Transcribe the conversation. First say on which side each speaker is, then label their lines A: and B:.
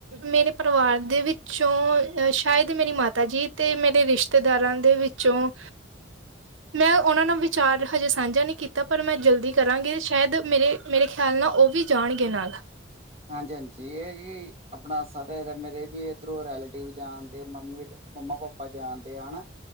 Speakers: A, on the right; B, on the right.
A: ਮੇਰੇ ਪਰੇਵਾਰ ਦੇ ਵਿੱਚੋਂ ਅ ਸ਼ਾਏਦ ਮੇਰੀ ਮਾਤਾ ਜੀ ਤੇ, ਮੇਰੇ ਰਿਸ਼ਤੇਦਾਰਾਂ ਦੇ ਵਿੱਚੋਂ ਮੈਂ ਓਨਾਂ ਨਾਲ ਵਿਚਾਰ ਹਜੇ ਸਾਂਝਾ ਨੀ ਕੀਤਾ, ਪਰ ਮੈਂ ਜਲਦੀ ਕਰਾਂਗੀ ਸ਼ਾਏਦ ਮੇਰੇ, ਮੇਰੇ ਖਿਆਲ ਨਾਲ ਓ ਵੀ ਜਾਣਗੇ ਨਾਲ
B: ਹਾਂਜੀ, ਹਾਂਜੀ ਏਹ ਕਿ ਅਪਣਾ ਸਾਰੇ ਮੇਰੇ ਵੀ ਇਧਰੋਂ ਰੈਲੇਟਿਵ ਜਾਣਦੇ, <inaudible> ਮੰਮਾ-ਪਾਪਾ ਜਾਦੇਂ ਆ ਹਨਾ